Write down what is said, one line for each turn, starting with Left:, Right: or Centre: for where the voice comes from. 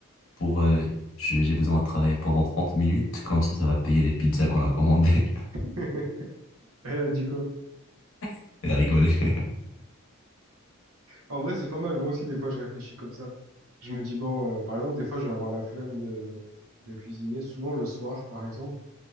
Left: pour. euh, je- j'ai besoin de travailler pendant 30 minutes, comme ça, ça va payer les pizzas qu'on a commandées.
Right: <laughs> Elle a dit quoi?
Left: <laughs> Elle a rigolé. <laughs>
Right: En vrai, c'est pas mal. Moi aussi, des fois, je réfléchis comme ça. Je me dis, bon, euh, par exemple, des fois, je vais avoir la flemme de, de cuisiner, souvent le soir, par exemple,